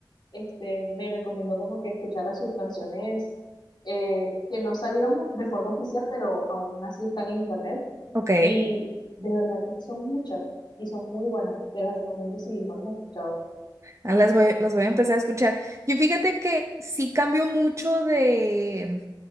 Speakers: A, on the left; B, on the right.
A: este, me recomendó como que escuchara sus canciones eh, que no salieron de forma oficial, pero aún así están en internet.
B: Ok.
A: Y de verdad que son muchas y son muy buenas. Te las recomiendo si no las has escuchado.
B: Ah, Las voy, las voy a empezar a escuchar. Yo fíjate que sí cambio mucho de